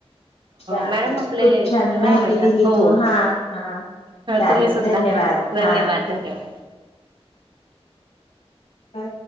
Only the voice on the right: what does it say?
मॅडम आपले
दहा
मिनटं
हो
तुम्ही सुद्धा
धन्यवाद
धन्यवाद